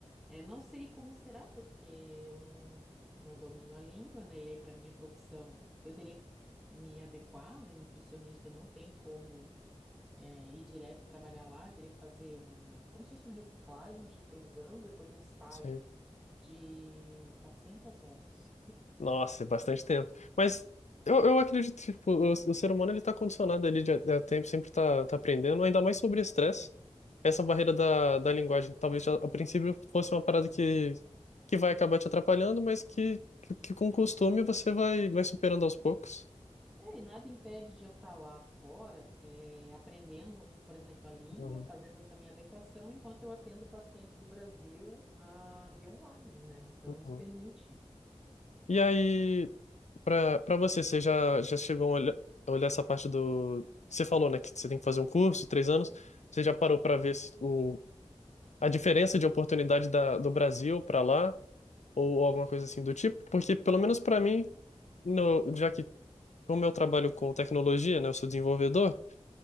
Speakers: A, in the centre; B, on the left.
A: É, não sei como será, porque eu não, não domino a língua, né? E aí, para minha profissão, eu teria que me adequar, né? Nutricionista não tem como é, ir direto e trabalhar lá. Eu teria que fazer um, como se fosse uma reciclagem de três anos, depois um estágio
B: Sim.
A: de 400 horas.
B: Nossa, é bastante tempo. Mas eu, eu acredito que tipo, o, o ser humano ele está condicionado ali de, a a tempo, sempre está aprendendo, ainda mais sobre estresse. Essa barreira da, da linguagem, talvez a, a princípio fosse uma parada que, que vai acabar te atrapalhando, mas que, que, que com costume você vai, vai superando aos poucos.
A: É, e nada impede de eu estar lá fora, eh, aprendendo, um, por exemplo, a língua,
B: Uhum,
A: fazendo essa minha adequação, enquanto eu atendo pacientes do Brasil, ah, via online, né? Então,
B: uhum.
A: isso permite.
B: E aí, para para você, você já, já chegou a olhar, a olhar essa parte do. Você falou, né, que você tem que fazer um curso, três anos. Você já parou para ver se- o a diferença de oportunidade da, do Brasil para lá, ou, ou alguma coisa assim do tipo, porque pelo menos para mim, no, já que como eu trabalho com tecnologia, né, eu sou desenvolvedor,